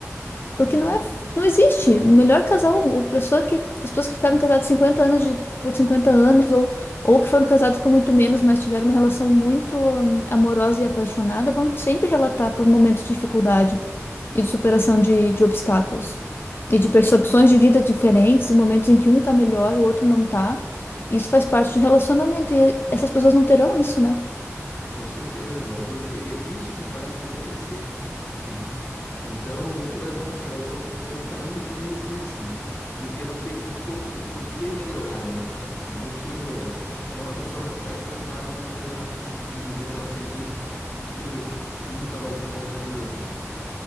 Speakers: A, on the left; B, on the left.
A: Com
B: Porque
A: certeza.
B: não é, não existe. O melhor casal, o pessoa que, as pessoas que ficaram casadas 50 anos de, por 50 anos, ou, ou que foram casadas por muito menos, mas tiveram uma relação muito hum, amorosa e apaixonada, vão sempre relatar por momentos de dificuldade e de superação de, de obstáculos. E
A: Por-
B: de percepções de vida diferentes, e momentos em que um tá melhor, o outro não tá. Isso faz parte do relacionamento, e essas pessoas não terão isso, né?
A: com certeza, porque isso que faz você crescer, né? Então, o que vai acontecer? Vai, co- vai ficar na me- mesmice, porque não tem como, o que melhorar, né, no caso. Não tem o que melhorar. Então, a pessoa vai ficar estagnada na mesma tipo de vida que ela sempre viveu. Nunca vai ter nada para melhorar.